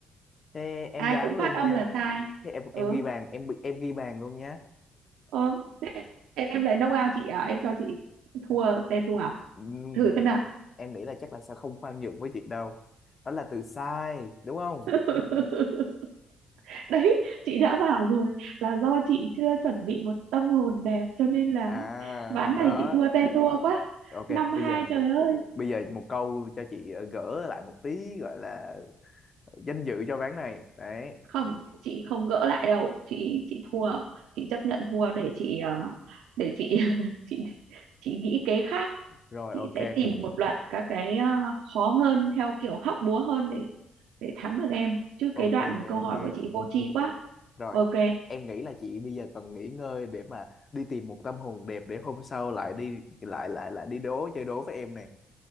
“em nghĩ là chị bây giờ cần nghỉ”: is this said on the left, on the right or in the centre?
Left